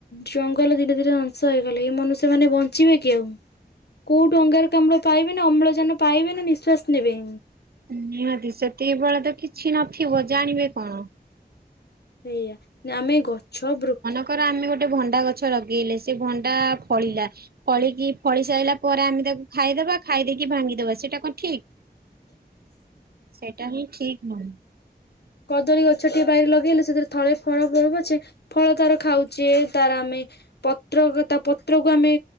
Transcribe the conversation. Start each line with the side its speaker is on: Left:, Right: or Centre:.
Left: ଜଙ୍ଗଲ ଧୀରେ ଧୀରେ ଧଂସ ହେଇଗଲେ ଏଇ ମନୁଷ୍ୟ ମାନେ ବଞ୍ଚିବେ କି ଆଉ। କୋଉଠୁ ଅଙ୍ଗାରକାମ୍ଡ ପାଇବେ ନା ଅମ୍ଳଜାନ ପାଇବେ ନା ନିଶ୍ଵାସ ନେବେ।
Right: ନିହାତି ସେତିକି ବେଳେ ତ କିଛି ନଥିବ ଜାଣିବେ କଣ?
Left: ଏଇଆ ନା ଆମେ ଗଛ ବୃ
Right: କ୍ଷ ର ଆମେ ଗୋଟେ ଭଣ୍ଡା ଗଛ ଲଗେଇଲେ ସେ ଭଣ୍ଡା ଫଳିଲା। ପଳିକି ଫଳି ସାଇଲା ପରେ ଆମେ ତାକୁ ଖାଇଦବା ଖାଇଦେଇକି ଭାଙ୍ଗିଦବା ସେଇଟା କଣ ଠିକ।
Left: <inaudible>
Right: ସେଇଟା ହିଁ ଠିକ ନୁହଁ।
Left: କଦଳୀ ଗଛ ଟିଏ ବାଇରେ ଲଗେଇଲେ ସେଥିରେ ଥଳେ ଫଳ ହଉ ପଛେ ଫଳ ତାର ଖାଉଛେ ତାର ଆମେ ପତ୍ର ଗ ତା ପତ୍ରକୁ ଆମେ